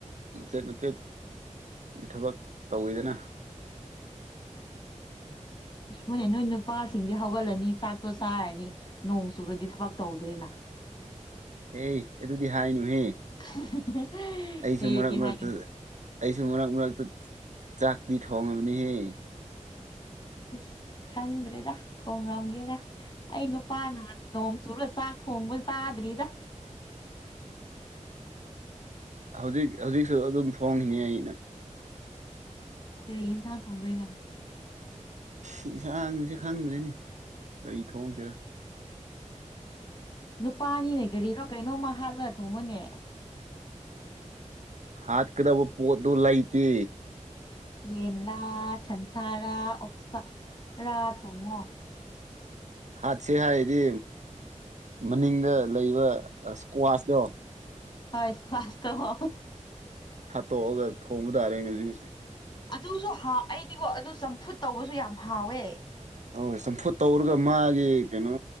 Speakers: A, on the right; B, on the left.
A: ꯃꯆꯦꯠ ꯃꯆꯦꯠ ꯒꯤ ꯊꯕꯛ ꯇꯧꯋꯤꯗꯅ
B: ꯌꯦꯡꯉꯣꯏꯅꯦ ꯅꯣꯏ ꯅꯨꯄꯥꯁꯤꯡꯗꯤ ꯍꯧꯒꯠꯂꯅꯤ ꯆꯥꯛꯇꯣ ꯆꯥꯔꯅꯤ ꯅꯣꯡ ꯆꯨꯔꯗꯤ ꯊꯕꯛ ꯇꯧꯗ꯭ꯔꯦꯅ
A: ꯍꯦ ꯑꯗꯨꯗꯤ ꯍꯥꯏꯅꯨꯍꯦ
B: <unintelligible>
A: ꯑꯩꯁꯨ
B: ꯍꯦꯗꯤ
A: ꯃꯔꯛ ꯃꯔꯛꯇ
B: ꯍꯥꯏꯒꯅꯤ
A: ꯑꯩꯁꯨ ꯃꯔꯛ ꯃꯔꯛꯇ ꯆꯥꯛꯇꯤ ꯊꯣꯡꯉꯕꯅꯤꯍꯦ
B: ꯏꯁꯁ ꯈꯪꯗ꯭ꯔꯦꯗ ꯊꯣꯡꯂꯝꯒꯦꯔ ꯑꯩ ꯅꯨꯄꯥꯅ ꯅꯣꯡ ꯆꯨꯔ ꯆꯥꯛ ꯊꯣꯡꯕ ꯆꯥꯗꯔꯤꯗ
A: ꯍꯧꯖꯤꯛ ꯍꯧꯖꯤꯛꯁꯨ ꯑꯗꯨꯝ ꯊꯣꯡꯉꯤꯅꯤ ꯑꯩꯅ
B: ꯀꯔꯤ ꯏꯟꯁꯥꯡ ꯊꯣꯡꯗꯣꯏꯅꯣ
A: ꯌꯦꯟꯁꯥꯡꯁꯦ ꯈꯪꯗ꯭ꯔꯦꯅꯤ ꯀꯔꯤ ꯊꯣꯡꯁꯤꯔꯥ
B: ꯅꯨꯄꯥꯅꯤꯅꯦ ꯀꯔꯤꯔꯣ ꯀꯩꯅꯣꯝꯃ ꯍꯥꯜꯂꯣ ꯊꯣꯡꯉꯣꯅꯦ
A: ꯍꯥꯠꯀꯗꯕ ꯄꯣꯠꯇꯨ ꯂꯩꯇꯦ
B: ꯌꯦꯟꯂꯥ ꯁꯟꯁꯥꯔꯥ ꯑꯣꯛꯁꯥꯔꯥ ꯊꯣꯡꯉꯣ
A: ꯍꯥꯠꯁꯦ ꯍꯥꯏꯗꯤ ꯃꯅꯤꯡꯗ ꯂꯩꯕ ꯏꯁꯀ꯭ꯋꯥꯁꯇꯣ
B: ꯍ ꯏꯁꯀ꯭ꯋꯥꯁꯇ ꯍꯣ
A: ꯍꯥꯠꯇꯣꯛꯑꯒ ꯊꯣꯡꯕ ꯇꯥꯔꯦ ꯉꯖꯤ
B: ꯑꯗꯨꯁꯨꯍ ꯑꯩꯗꯤꯀꯣ ꯑꯗꯨ ꯆꯝꯐꯨꯠ ꯇꯧꯕꯁꯨ ꯌꯥꯝ ꯍꯥꯎꯋꯦ
A: ꯑ ꯆꯝꯐꯨꯠ ꯇꯧꯔꯒ ꯃꯥꯒꯤ ꯀꯩꯅꯣ